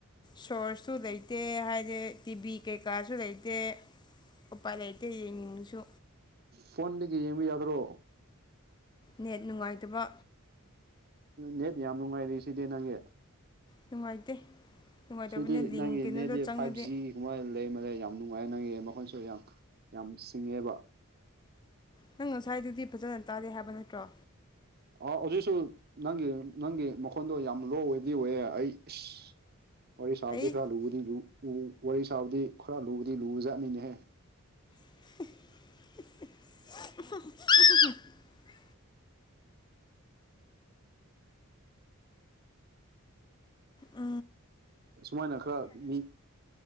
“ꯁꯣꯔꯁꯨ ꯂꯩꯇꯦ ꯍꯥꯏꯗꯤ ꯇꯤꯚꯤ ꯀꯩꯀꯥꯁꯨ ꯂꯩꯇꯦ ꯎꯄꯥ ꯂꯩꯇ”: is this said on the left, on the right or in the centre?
Left